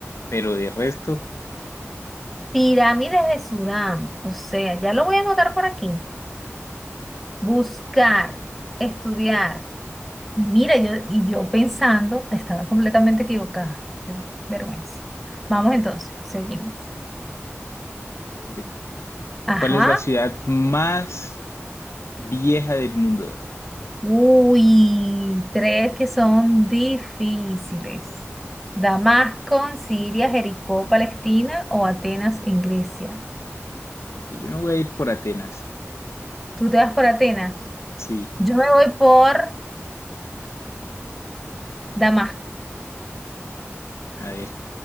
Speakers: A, on the left; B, in the centre.
A: Pero de resto,
B: Pirámides de Sudán. O sea, ya lo voy a anotar por aquí. Buscar, estudiar. Y mira, yo, y yo pensando, estaba completamente equivocada. Qué vergüenza. Vamos entonces, seguimos.
A: a ver,
B: Ajá.
A: ¿cuál es la ciudad más Vieja del mundo.
B: Uy, tres que son difíciles. Damasco en Siria, Jericó, Palestina o Atenas en Grecia.
A: Yo me voy a ir por Atenas.
B: Tú te vas por Atenas.
A: Sí,
B: Yo me voy por Damasco.
A: a ver.